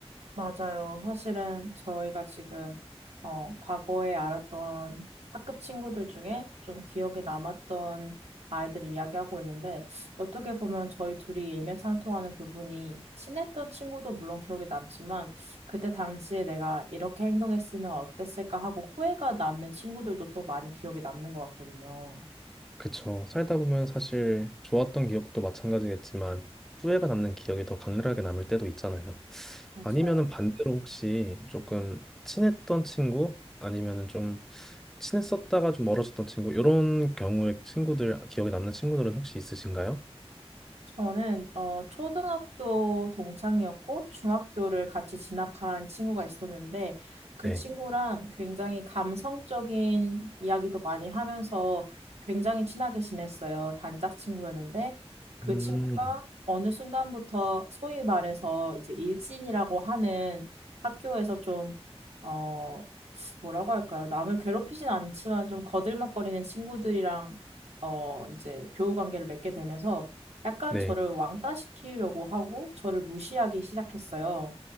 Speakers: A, on the right; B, in the centre.
A: 맞아요. 사실은 저희가 지금 어, 과거에 알았던 학급 친구들 중에 좀 기억에 남았던 아이들을 이야기하고 있는데 어떻게 보면 저희 둘이 일맥상통하는 부분이 친했던 친구도 물론 기억에 남지만 그때 당시에 내가 이렇게 행동했으면 어땠을까 하고 후회가 남는 친구들도 또 많이 기억에 남는 것 같거든요.
B: 그쵸. 살다 보면 사실 좋았던 기억도 마찬가지겠지만 후회가 남는 기억이 더 강렬하게 남을 때도 있잖아요.
A: 맞아요.
B: 아니면은 반대로 혹시 조금 친했던 친구 아니면은 좀 친했었다가 좀 멀어졌던 친구 이런 경우의 친구들 기억에 남는 친구들은 혹시 있으신가요?
A: 저는 어, 초등학교 동창이었고 중학교를 같이 진학한 친구가 있었는데 그
B: 네.
A: 친구랑 굉장히 감성적인 이야기도 많이 하면서 굉장히 친하게 지냈어요. 단짝 친구였는데 그
B: 음.
A: 친구가 어느 순간부터 소위 말해서 이제 일진이라고 하는 학교에서 좀 어, 뭐라고 할까요? 남을 괴롭히진 않지만 좀 거들먹거리는 친구들이랑 어, 이제 교우 관계를 맺게 되면서 약간
B: 네.
A: 저를 왕따시키려고 하고 저를 무시하기 시작했어요.